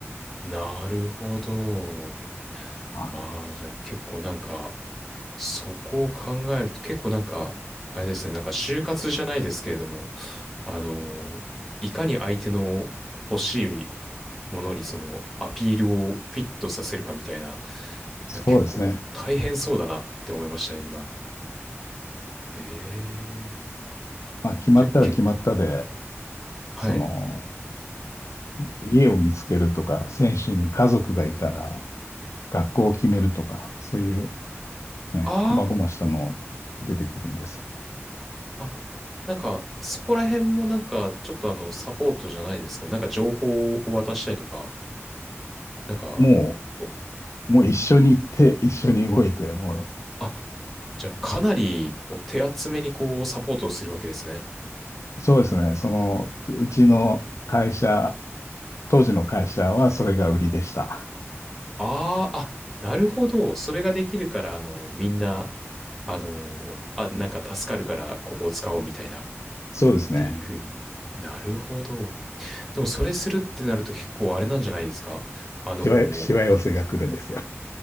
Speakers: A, in the centre; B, on the left.
A: ー、なるほど。
B: まあ
A: あー、じゃあ結構なんか、そこを考えると結構なんか、あれですね、なんか就活じゃないですけれども、あの、いかに相手の欲しいものにそのアピールをフィットさせるかみたいな、
B: そうですね。
A: なんか結構大変そうだなって思いましたね、今。ええ
B: まあ、決まったら決まったで、
A: じゃあ、け、はい。
B: その、家を見つけるとか、選手に家族がいたら、学校を決めるとか、そういうね、
A: あ
B: 細々したの出てくるんです。
A: あ、あ、なんか、そこら辺もなんか、ちょっとあの、サポートじゃないですけど、なんか情報を渡したりとか、なんか、
B: も
A: お
B: う、もう一緒に行って、一緒に動いて、も
A: あ、じゃあ、かなり、こう、手厚めにこう、サポートをするわけですね。
B: そうですね。その、うちの会社、当時の会社はそれが売りでした。
A: ああ、あ、なるほど。それができるから、あの、みんな、あの、あ、なんか助かるから、ここを使おうみたいな、っ
B: そうですね。
A: ていうふうに。なるほど。でも、それするってなると結構あれなんじゃないですかあの、
B: しわ、しわ寄せが来るんですよ。